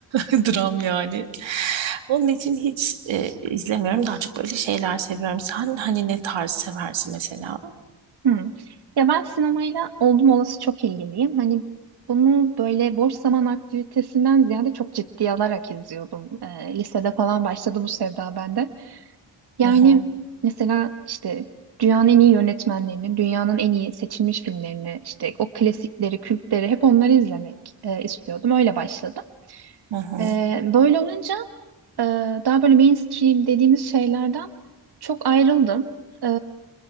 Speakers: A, on the right; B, on the right.
A: dram yani. Onun için hiç e, izlemiyorum. Daha çok böyle şeyler seviyorum. Sen hani ne tarz seversin mesela?
B: Hı. Ya ben sinemayla oldum olası çok ilgiliyim. Hani bunu böyle boş zaman aktivitesinden ziyade çok ciddiye alarak izliyordum. Ee, lisede falan başladı bu sevda bende. Yani
A: Hı hı,
B: mesela işte dünyanın en iyi yönetmenlerini, dünyanın en iyi seçilmiş filmlerini, işte o klasikleri, kültleri hep onları izlemek e, istiyordum. Öyle başladım.
A: hı hı,
B: Ee, böyle olunca Ee, daha böyle mainstream dediğimiz şeylerden çok ayrıldım. Ee,